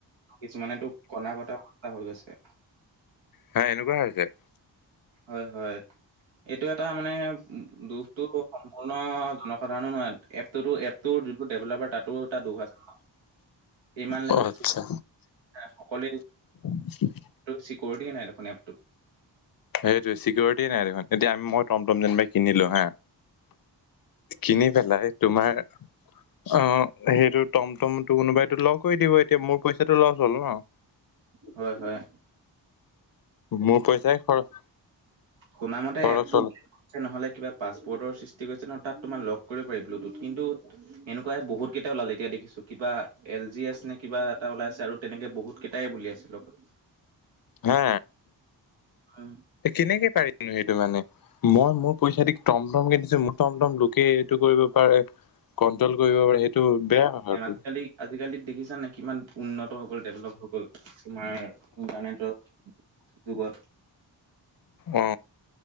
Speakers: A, on the right; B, on the left.
A: কিছুমানেতো কনা কটা <unintelligible> হৈ গৈছে।
B: হা এনেকুৱা হৈছে।
A: হয় হয়। এইটো এটা মানে উ দুখটো সম্পূৰ্ণ জনসাধাৰণো নহয় এপটোতো এপটো যোনটো ডেভেলপাৰ তাতো এটা দুখ আছে। ইমান লেবেল
B: অ আচ্ছা
A: সকলোৱে
B: নিশ্চয়
A: চিকৰিটিয়ে নাই দেখোন এপটো।
B: সেইটোৱেই চিকিউৰিটি নাই দেখোন এতি আমি মই টমটম যেনিবাই কিনিলো হা কিনি পেলাই তোমাৰ আহ সেইটোত টমটমতটো কোনোবাইটো লক কৰি দিব এতিয়া মোৰ পইচাটো লচ হ'ল ন।
A: হয় হয়।
B: মোৰ পইচাই খৰচ।
A: শুনা মতে
B: খৰচ
A: এপটো
B: হ'ল
A: <unintelligible> নহলে কিবা পাছৱৰ্ডৰ সৃষ্টি কৰিছে ন তাত তোমাৰ লক কৰিব পাৰি ব্লুটুথ কিন্তু এনেকুৱাই বহুত কেইটাই ওলাল এতিয়া দেখিছো কিবা এল জি এছ নে কিবা এটা ওলাইছে আৰু তেনেকে বহুত কেইটাই বুলিইছিল লগত
B: হা
A: উম,
B: কেনেকে পাৰিছে সেইটো মানে মই মোৰ পইচা দি টমটম কিনছো মোৰ টমটম লোকে এইটো কৰিব পাৰে। <unintelligible>
A: <unintelligible>
B: পাৰে সেইটো বেয়া কথাটো
A: আজিকালি আজিকালি দেখিছা নাই কিমান উন্নত হৈ গ'ল ডেভেলপ হৈ গ'ল তোমাৰ ইণ্টাৰনেটৰ যুগত
B: অ